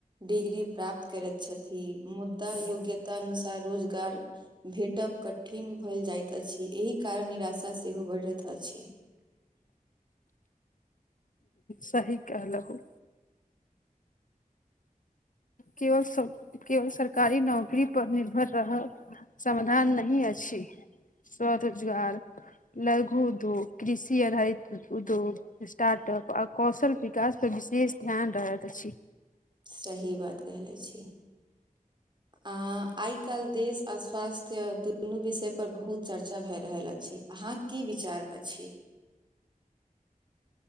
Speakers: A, on the right; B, on the left.
A: डिग्री प्राप्त करैत छथिन मुदा योग्यता अनुसार रोजगार भेटब कठिन भेल जाइत अछि एहि कारण निराशा सेहो बढ़ैत अछि
B: सह कहलउ केवल सब केवल सरकारी नौकरी पर निर्भर रह समाधान नहि अछि स्वरोजगार लघु उद्योग कृषि आधारित उद्योग स्टार्टअप आ कौशल विकासपर विशेष ध्यान रहैत अछि
A: सही बात कहहिलै छी आं आइ काल्हि देश आ स्वास्थ्य दुनू विषय पर बहुत चर्चा भए रहल अछि अहाँ की विचार अछि